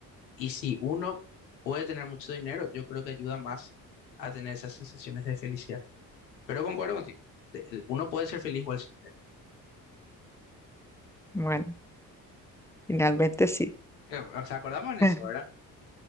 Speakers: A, on the left (about 80°); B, in the centre.
A: Y si uno puede tener mucho dinero, yo creo que ayuda más a tener esas sensaciones de felicidad. Pero concuerdo contigo, de- uno puede ser feliz igual sin dinero.
B: Bueno, finalmente sí.
A: Eh, O sea, acordamos en eso,
B: <laughs>
A: ¿verdad?